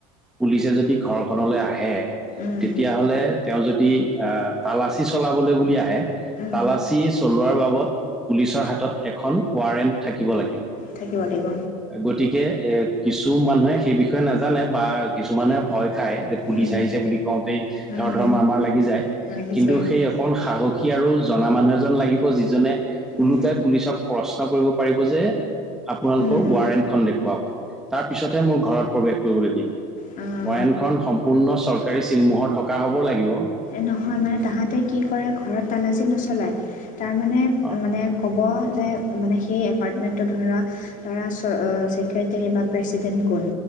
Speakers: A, in the centre; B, on the left.
A: পুলিচে যদি ঘৰখনলৈ আহে।
B: উম,
A: তেতিয়াহ'লে তেওঁ যদি আহ,, তালাচী চলাবলৈ বুলি আহে
B: উম,
A: তালাচী চলোৱাৰ বাবদ, পুলিচৰ হাতত এখন ৱাৰেণ্ট থাকিব লাগিব।
B: থাকিব লাগিব।
A: গতিকে এ, কিছু মানুহে সেই বিষয়ে নাজানে বা কিছুমানে ভয় খায়। পুলিচ
B: উম,
A: আহিছে বুলি কওঁতেই,
B: উম,
A: ধৰধৰ-মাৰমাৰ লাগি যায়।
B: লাগিছে
A: কিন্তু, সেই অকণ সাহসী আৰু জনা মানুহ এজন লাগিব, যিজনে ওলোটাই
B: উম,
A: পুলিচক প্ৰশ্ন কৰিব পাৰিব যে আপোনালোকৰ
B: উম,
A: ৱাৰেণ্টখন দেখুৱাওঁক, তাৰ পিছতহে মোৰ ঘৰত প্ৰৱেশ কৰিবলৈ দিম।
B: উম,
A: ৱাৰেন্টখন সম্পূৰ্ণ চৰকাৰী ছিল-মোহৰ থকা হ'ব লাগিব।
B: এই নহয়, মানে তাহাঁতে কি কৰে ঘৰত তালাচী নচলায়, তাৰমানে
A: অ
B: মানে ক'ব যে, মানে সেই এপাৰ্টমেণ্টত ধৰা ধৰা চ, ছেক্ৰেটাৰী বা প্ৰেছিডেন্ট কোন?